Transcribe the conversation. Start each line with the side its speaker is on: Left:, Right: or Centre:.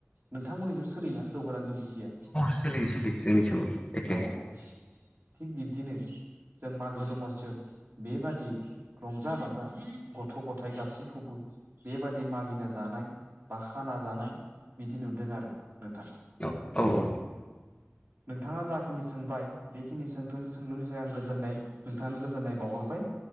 Right: नोंथांमोननि जेबो सोलिना जौगोरान जौगिसिया
Left: सोलियो सोलियो जोंनिथिंबो एखे
Right: औ औ थिग बिब्दिनो जों मागो दमसोब बेबादि रंजा बाजा गथ' गथाय गासैखौबो बेबादि मागिनो जानाय बा खाना जानाय बिदि नुदों आरो नोंथां
Left: औ औ औ
Right: नोंथाङा जाखिनि सोंबाय बेखिनि सों सोंलुनि सायाव आं गोजोननाय नोंथांआनो गोजोननाय बावहरबाय